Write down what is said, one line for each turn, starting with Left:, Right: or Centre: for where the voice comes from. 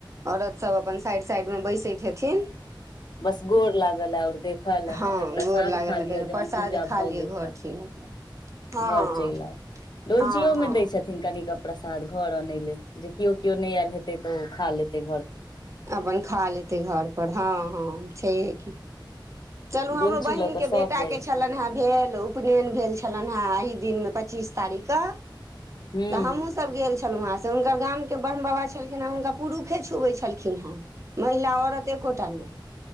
Right: औरत सभ अपन साइड साइडमे बैसैत हेथिन।
Left: बस गोर लागल आओर देखल, आ
Right: हँ
Left: फेर प्रसाद
Right: गोर लागल
Left: खा लिअ,
Right: हेतै
Left: जखन
Right: प्रसाद
Left: पूजा
Right: खा
Left: भऽ
Right: लिअ
Left: गेल
Right: घर
Left: तऽ।
Right: चलि हँ
Left: घर चलि आउ, ओलचियोमे
Right: हँ हँ
Left: दै छथिन। नहि, कनि प्रसाद घर अनय लेल, जे केओ केओ नहि आयल हेतै तऽ ओ खा लेते।
Right: अपन खा लेतै घर पर, हँ हँ, छैहे की। चलू, हमरो
Left: डोलची
Right: बहिनके
Left: लऽ कऽ
Right: बेटा
Left: सभ जाइ
Right: के छलनि
Left: छै
Right: हे, भेल। उपनयन भेल छलनि हे एहि दिनमे पच्चीस तारीखके,
Left: हूँ
Right: तऽ हमहुँ। सभ गेल छलहुँ हेँ, से हुनकर गामके ब्रह्म बाबा छलखिन हे, हुनका पुरुषे छुबैत छलखिन हेँ। महिला औरत एकोटा नहि।